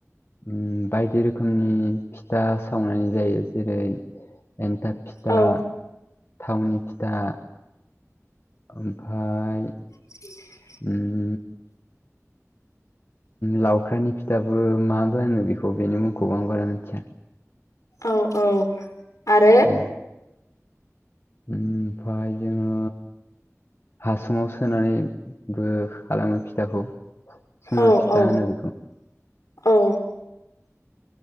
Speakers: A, on the left; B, on the left.
A: उम बायदि रोखोमनि फिथा सावनाय जायो जेरै एन्थाब फिथा
B: औ
A: थावनि फिथा ओमफ्राय
B: <inaudible>
A: उम लावखारनि फिथाबो माबो होनो बेखौ बेनि मुंखौबो आं बारा मिथिया।
B: औ औ आरो
A: उम ओमफाय जोङो हासुङाव सोनानैबो खालामो फिथाखौ। सुङा
B: औ
A: फिथा
B: औ
A: होनो बेखौ
B: औ